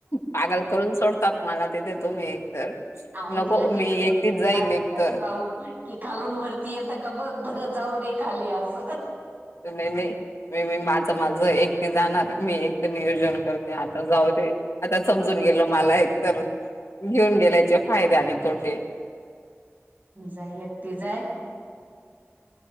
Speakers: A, on the left; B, on the right.
A: पागल करून सोडतात मला ते देतो मी एकतर
B: अरे
A: नको
B: तुला
A: मी
B: ति जाऊ.
A: एकटीच जाईल
B: बा
A: एकतर
B: खालून वरती येत का बघ बरं जाऊन ये खाली आज
A: नाही नाही म म माझं माझं एकट जाणार मी एक तर नियोज करते आता जाऊ ते आता समजून गेल मला एक तर घेऊन गेल्याचे फायद्याने तोटे
B: जाई एकटीच.